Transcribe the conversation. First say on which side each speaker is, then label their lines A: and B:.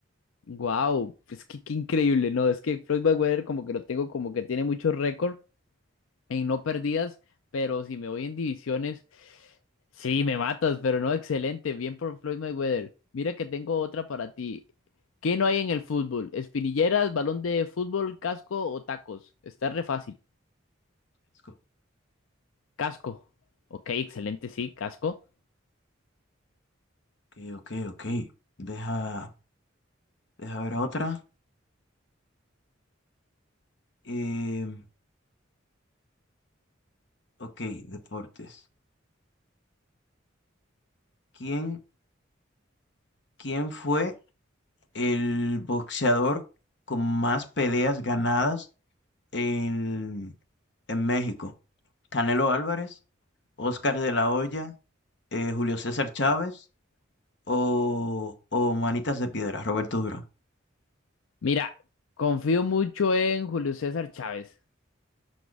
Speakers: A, on the left (about 85°); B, on the left (about 60°).
A: Wow, es que qué increíble, ¿no? Es que Floyd Mayweather como que lo tengo como que tiene muchos récords en no perdidas, pero si me voy en divisiones, sí, me matas, pero no, excelente, bien por Floyd Mayweather. Mira que tengo otra para ti. ¿Qué no hay en el fútbol? ¿Espinilleras, balón de fútbol, casco o tacos? Está re fácil.
B: Let's go.
A: Casco. Ok, excelente, sí, casco.
B: Ok, ok, ok. Deja, deja ver otra. Em, Ok, deportes. ¿Quién, quién fue el boxeador con más peleas ganadas en, en México? ¿Canelo Álvarez, Oscar de la Hoya, eh, Julio César Chávez o, o Manitas de Piedra, Roberto Durán?
A: Mira, confío mucho en Julio César Chávez.